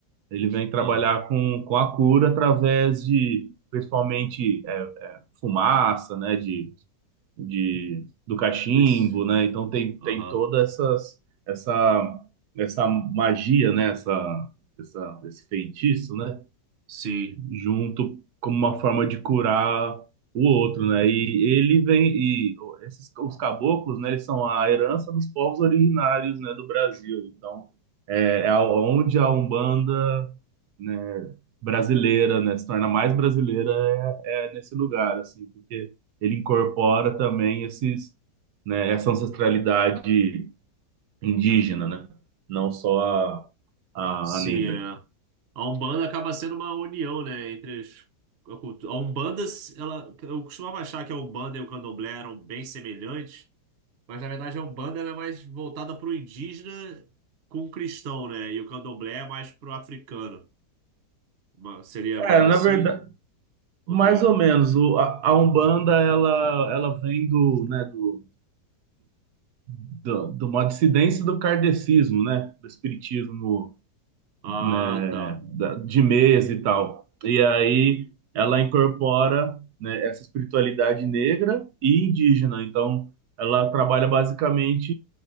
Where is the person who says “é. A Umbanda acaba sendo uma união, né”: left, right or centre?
Right